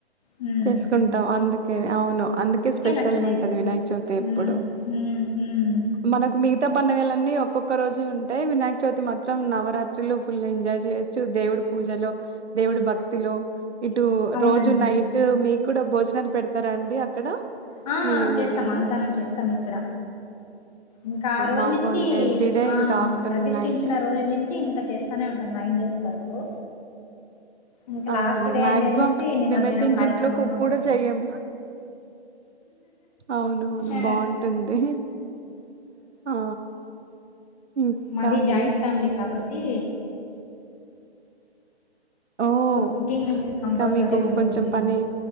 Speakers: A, on the left; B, on the right.
A: హ్మ్.
B: చేసుకుంటాం అందుకే అవును అందుకే స్పెషల్
A: నాకు
B: గా ఉంటది వినాయక
A: అంటే
B: చవితి ఎప్పుడు
A: హ్మ్. హ్మ్. హ్మ్.
B: మనకు మిగతా పండగలన్నీ ఒక్కొక్క రోజే ఉంటాయి వినాయక చవితి మాత్రం నవరాత్రిలు ఫుల్ ఎంజాయ్ చేయొచ్చు దేవుడి పూజలో దేవుడు భక్ లు ఇటు
A: అవునండి.
B: రోజు నైట్ మీక్ కూడా భోజనాలు పెడతారా అండి అక్కడ
A: అ
B: మీ
A: చేస్తాం
B: ఏరియాలో?
A: అన్నదానం చేస్తాం ఇక్కడ ఇంకా ఆ రోజు
B: మాకు
A: నుంచి
B: అంతే ఎవ్రీ డే
A: అ
B: ఇంకా ఆఫ్టర్‌నూన్,
A: ప్రతిష్ఠించిన
B: నైట్.
A: రోజు నుంచి ఇంకా చేస్తనే ఉంటాం నైన్ డేస్ వరకు ఇంకా
B: అవును
A: లాస్ట్ డే
B: మాక్సిమం
A: అని అనేసి నిమజ్జనం
B: మేమయితే ఇంక
A: కార్యక్రమంలో
B: ఇంట్లో కుక్ కూడా
A: ఉంటాం.
B: చెయ్యం అవునవును
A: ఆ!
B: బాగుంటుంది ఆ ఇంకా
A: మాది
B: అండి.
A: జాయింట్ ఫ్యామిలీ కాబట్టి
B: ఓహ్!
A: సో కుకింగ్ అనేది కంపల్సరీ
B: ఇంకా మీకు
A: ఉంటుంది
B: కొంచెం పని